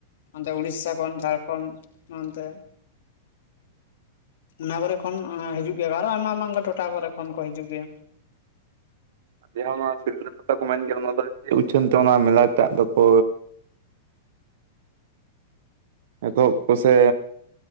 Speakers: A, on the left (about 65°); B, on the right (about 55°).
A: ᱚᱱᱛᱮ ᱩᱲᱤᱥᱥᱟ ᱠᱷᱚᱱ ᱡᱷᱟᱲ ᱠᱷᱚᱱ ᱱᱚᱱᱛᱮ᱾ ᱚᱱᱟ ᱠᱚᱨᱮ ᱠᱷᱚᱱ ᱚᱸ ᱦᱤᱡᱩᱜ ᱜᱮᱭᱟ ᱠᱚ ᱟᱨᱚ ᱟᱭᱢᱟ ᱟᱭᱢᱟ ᱚᱱᱠᱟ ᱴᱚᱴᱷᱟ ᱠᱚᱨᱮ ᱠᱷᱚᱱ ᱠᱚ ᱦᱤᱡᱩᱜ ᱜᱮᱭᱟ᱾
B: ᱡᱟᱸᱦᱟ ᱱᱚᱣᱟ ᱥᱤᱞᱫᱟᱹ ᱯᱟᱛᱟ ᱠᱚ ᱢᱮᱱ ᱜᱮᱭᱟ ᱚᱱᱟ ᱫᱚ ᱪᱮᱫ ᱩᱪᱷᱟᱹᱱ ᱛᱮ ᱚᱱᱟ ᱢᱮᱞᱟ ᱴᱟᱜ ᱫᱚᱠᱩ᱾ ᱮᱛᱚᱦᱚᱵ ᱠᱚᱥᱮ